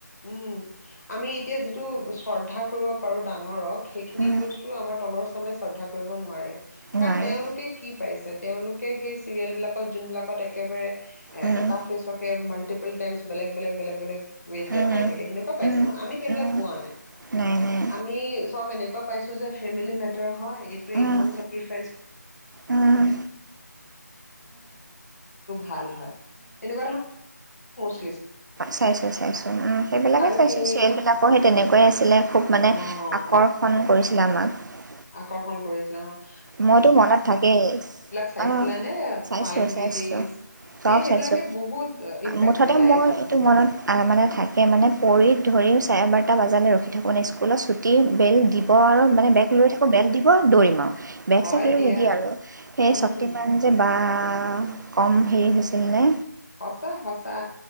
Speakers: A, on the left; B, on the right.
A: উম আমি যিটো শ্ৰদ্ধা কৰিব পাৰোঁ ডাঙৰক সেইখিনি
B: উম
A: বস্তু আমাৰ তলৰ চামেচ শ্ৰদ্ধা কৰিব নোৱাৰে
B: নোৱাৰি
A: কাৰণ তেওঁলোকে কি পাইছে তেওঁলোক কেসেই চিৰিয়েলবিলাকত যোনবিলাকত একেবাৰে
B: উম
A: এটা ফেছকে মন টীপল টেনম বেলেগ বেলেগ বেলেগ বলেগ ৱেট
B: উম
A: দেখাই থাকে সেনেকুৱা পাইছ
B: উম
A: ন আমি সেইবিলাক
B: উম
A: পোৱা নাই
B: নাই নাই
A: আমি চব এনে এনেকুৱা পাইছো যে ফেমেলি টেঙ হয় বমু
B: উম উম উম উম উম
A: ভাল হয়ুৱ ধ <unintelligible>
B: চাইছো চাইছো উম সেইবিলাকে
A: আৰু
B: চাইছো
A: সেই
B: চিৰিয়েল
A: কি
B: বিলাকো সেই তেনেকুয়ে আছিলে খুব মানে
A: অ'
B: আকৰ্ষণ কৰিছিল ইছলামত
A: আকৰ্ষণ কৰিছিলো অহ
B: মইতো মনত থাকেই
A: চাইছিলানে
B: আহ চাইছো
A: মালগুৰি
B: চাইছো
A: ডেইজ
B: চব
A: এই সেইবিলাকে
B: চাইছো
A: বহুত ইম্পেক্ট
B: মুঠতে
A: পেলায়
B: মোৰ
A: মানুহক
B: এইটো মনত মানে থাকে মানে পৰি ধৰিও চাৰে বাৰটা বজালৈ ৰখি থাকোনে স্কুলত ছুটী বেল দি দিব আৰু মানে বেগ লৈ থাকো বেগ দিব দৌৰিম আৰু বেগ
A: হয়
B: চাইকেল
A: দিয়া
B: দিয় এই আৰু সেই
A: উম
B: শক্তি মান যে বা অহ কম হেৰি হৈছিলনে
A: সঁচা সঁচা